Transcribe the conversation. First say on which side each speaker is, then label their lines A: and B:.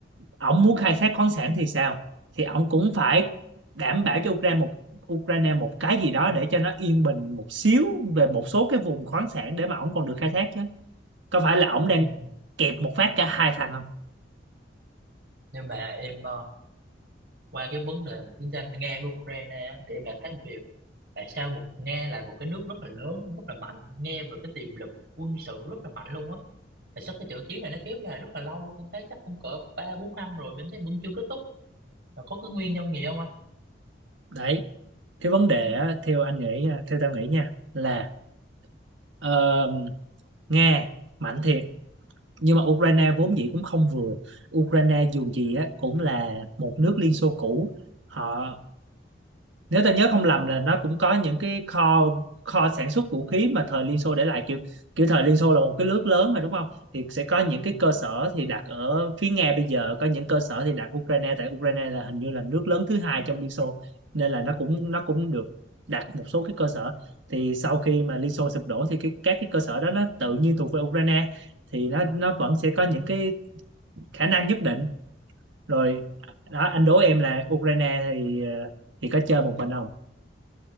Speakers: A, on the right; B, on the right.
A: ổng muốn khai thác khoáng sản thì sao thì ổng cũng phải đảm bảo cho Ukraine một Ukraine một cái gì đó để cho nó yên bình một xíu về một số cái vùng khoáng sản để mà ổng còn được khai thác chứ có phải là ổng đang
B: ừ.
A: kẹp một phát cả hai thằng không
B: nhưng mà em ờ, qua cái vấn đề mà chiến tranh Nga với Ukraine á, thì em lại thấy một điều tại sao một Nga là một cái nước rất là lớn rất là mạnh nghe về cái tiềm lực quân sự rất là mạnh luôn á tại sao cái trận chiến này nó kéo dài rất là lâu luôn em thấy chắc cũng cỡ ba bốn năm rồi mà em thấy vẫn chưa kết thúc là có cái nguyên nhân gì không anh
A: đấy cái vấn đề á, theo anh nghĩ à, theo tao nghĩ nha là ờ, Nga mạnh thiệt nhưng mà Ukraine vốn dĩ cũng không vừa Ukraine dù gì á cũng là một nước Liên Xô cũ họ nếu ta nhớ không lầm là nó cũng có những cái kho kho sản xuất vũ khí mà thời Liên Xô để lại kiểu kiểu thời Liên Xô là một cái nước lớn mà đúng không thì sẽ có những cái cơ sở thì đặt ở phía Nga bây giờ có những cơ sở thì đặt Ukraine tại Ukraine là hình như là nước lớn thứ hai trong Liên Xô nên là nó cũng nó cũng được đặt một số cái cơ sở thì sau khi mà Liên Xô sụp đổ thì cái các cái cơ sở đó nó tự nhiên thuộc về Ukraine thì nó nó vẫn sẽ
B: Ừ.
A: có những cái khả năng nhất định rồi đó
B: Ừ.
A: anh đố em là Ukraine thì ờ, thì có chơi một mình không